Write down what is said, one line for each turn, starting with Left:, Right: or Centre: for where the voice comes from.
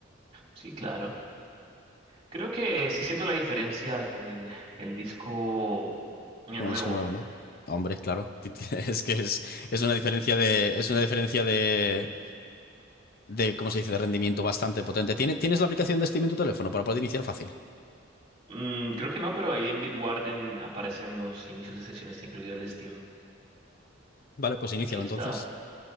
Right: sí, claro. Creo que sí siento la diferencia con el, el disco eh,
Left: Con
Right: nuevo.
Left: el disco nuevo, ¿no? Hombre, claro. <laughs> Es que es, es una diferencia de, es una diferencia de, de, ¿cómo se dice?, de rendimiento bastante potente. ¿Tiene- ¿Tienes la aplicación de Steam en tu teléfono para poder iniciar fácil?
Right: Mm, creo que no, pero ahí en Bitwarden aparecen los inicios de sesión, está incluido el de Steam.
Left: Vale, pues inícialo
Right: Aquí está.
Left: entonces.